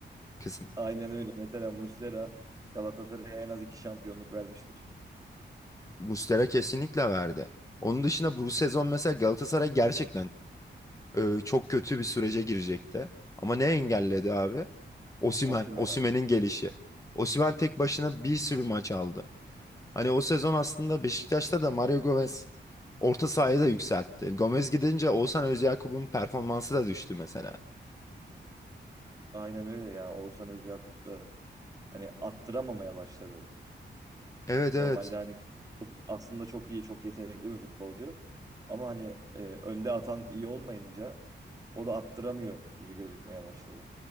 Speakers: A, on the left; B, on the right.
A: kısım.
B: Aynen öyle. Mesela Muslera Galatasaray'a en az 2 şampiyonluk vermiştir.
A: Muslera kesinlikle verdi. Onun dışında bu sezon mesela Galatasaray gerçekten e, çok kötü bir sürece girecekti. Ama ne engelledi abi? Osimhen,
B: Osimhen
A: Osimhen'in
B: abi.
A: gelişi. Osimhen tek başına bir sürü maç aldı. Hani o sezon aslında Beşiktaş'ta da Mario Gomez orta sahayı da yükseltti. Gomez gidince Oğuzhan Özyakup'un performansı da düştü mesela.
B: Aynen öyle ya. Oğuzhan Özyakup da hani attıramamaya başladı.
A: Evet
B: Normalde
A: evet.
B: hani çok- aslında çok iyi, çok yetenekli bir futbolcu. Ama hani e, önde atan iyi olmayınca o da attıramıyor gibi gözükmeye başladı.